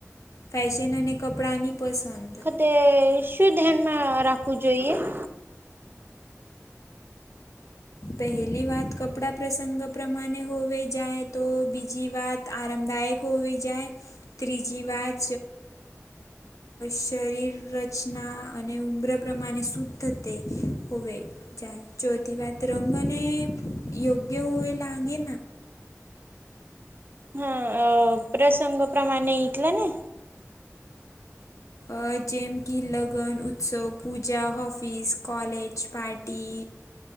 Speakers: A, on the left; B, on the right.
A: ફેશન અને કપડાંની પસંદ.
B: તે શું ધ્યાનમાં રાખવું જોઈએ? <inaudible>
A: પહેલી વાત કપડા પ્રસંગ પ્રમાણે હોવે જાય તો બી જી વાત આરામદાયક હોવી જાય ત્રીજી વાત શરીર રચ અને ઉમરા પ્રમાણે શુધ થતે હોવે જાય. ચોથી વાત તરંગને યોગ્ય હોય લાગે.
B: હા પ્રસંગ પ્રમાણે ઈટલે ને?
A: અ જેમ કે લગ્ન, ઉત્સવ, પૂજા, ઓફિસ, કોલેજ, પાર્ટી